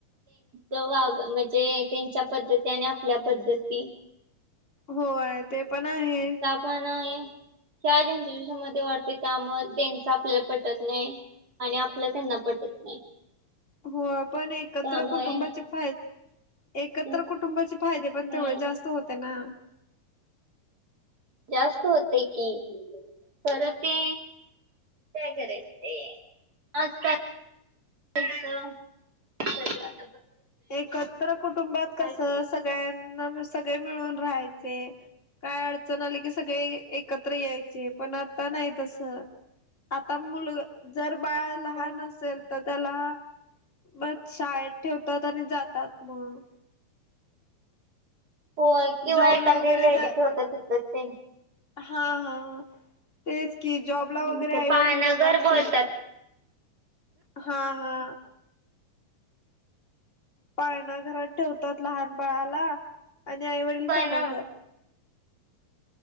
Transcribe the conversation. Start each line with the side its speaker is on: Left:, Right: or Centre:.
Right: वा म्हणजे त्यांच्या पद्धती आणि आपल्या पद्धती
Left: होय ते पण आहे.
Right: त्या जनरेशन म वाढते त्या म त्यां आपल्या पटत नाही आणि आपलं त्यांना पटत नाही.
Left: हो पण एकत्र
Right: त्यामुळे
Left: कुटुंबाची फ आहेत. एकत्र
Right: हम्म,
Left: कुटुंबाचे फायदे पण
Right: हम्म,
Left: तेवढे जास्त होते ना.
Right: जास्त होते कि खरं ते काय केल ते आजकाल च बवा
Left: एकत्र कुटुंबात
Right: काय
Left: कसं
Right: करायचं
Left: सगळ्यांना सगळे मिळून राहायचे. काय अडचण आली की सगळे एकत्र यायचे पण आता नाही तस. आता मुलग जर बाळ लहान
Right: हम्म.
Left: असेल तर त्याला म शाळेत. ठेवतात आणि जातात मग
Right: होय किंवा
Left: जॉबला
Right: एखाद्या
Left: वगैरे
Right: ल
Left: जा
Right: तिथे होतात ति ते
Left: हा हा तेच की जॉबला
Right: हम्म,
Left: वगैरे
Right: ते
Left: आईवडील
Right: पानागर
Left: दोघं असतील.
Right: बोलतात
Left: हा हा पाळणा घरात ठेवतात लहान बाळाला आणि आईवडील
Right: पण
Left: कामाला जातात.